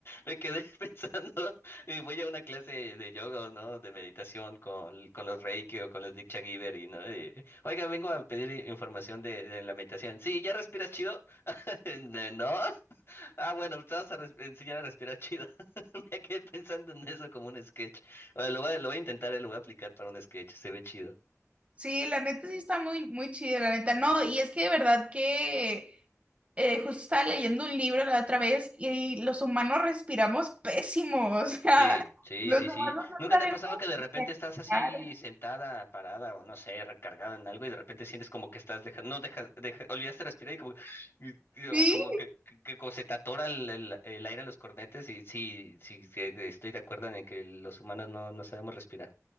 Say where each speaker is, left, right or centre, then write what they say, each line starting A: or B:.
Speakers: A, on the left; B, on the right.
A: me quedé <laughs> pensando, eh, voy a una clase de yoga, ¿no? De meditación con, con los Reiki o con los Diksha Giver y, ¿no? Eh, Oiga, vengo a pedir i- información de, de la meditación. Sí, ¿ya respiras chido? <laughs> "Ne- ¿No? Ah, bueno, te vas a res- enseñar a respirar chido. <laughs> Me quedé pensando en eso como un sketch. Bueno, lo voy, a- lo voy a intentar, eh, lo voy a aplicar para un sketch, se ve chido.
B: Sí, la neta sí está muy, muy chida, la neta. No, y es que de verdad que eh, justo estaba leyendo un libro la otra vez y los humanos respiramos pésimo. <laughs> O sea,
A: Sí, sí,
B: los
A: sí,
B: humanos
A: sí.
B: no
A: ¿Nunca
B: sabemos
A: te ha pasado que de repente
B: respirar.
A: estás así sentada, parada o no sé, recargada en algo y de repente sientes como que estás dejando, no dejas, deja- olvidaste respirar y como, y- y- o
B: Sí,
A: como que, que- que como se te atora el, el- el aire en los cornetes y sí, sí, sí, eh, estoy de acuerdo en que los humanos no, no sabemos respirar.